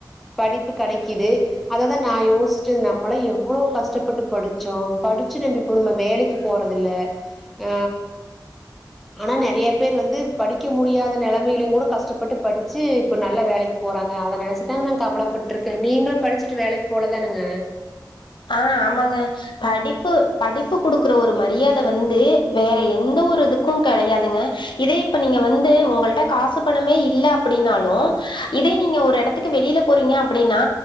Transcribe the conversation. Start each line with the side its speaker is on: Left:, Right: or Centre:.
Centre: படிப்பு கெடைக்கிது அததான் நான் யோஸ்ட்து நம்மளாம் எவ்வளோ கஷ்டப்பட்டு படிச்சோம் படிச்சு நம்ம இப்போ நம்ம வேலைக்கு போறதில்ல ஹ ஆனா நெறைய பேர் வந்து படிக்க முடியாத நிலைமையிலும் கூட கஷ்டப்பட்டு படிச்சு இப்போ நல்ல வேலைக்கு போகறாங்க அத நெனச்சிதாங்க நாக கவல போட்டுருக்கே நீங்களும் படிச்சுட்டு வேலக்கு போலதானுங்க
Left: ஆ ஆமாங்க படிப்பு படிப்பு குடுக்குற ஒரு மரியாத வந்து வேற எந்த ஒரு இதுக்கும் கெடையாதுங்க இதே இப்ப நீங்க வந்து உங்கள்ட காசு பணமே இல்ல அப்டின்னாலும் இதே நீங்க ஒரு இடத்துக்கு வெளியில போறீங்க அப்டின்னா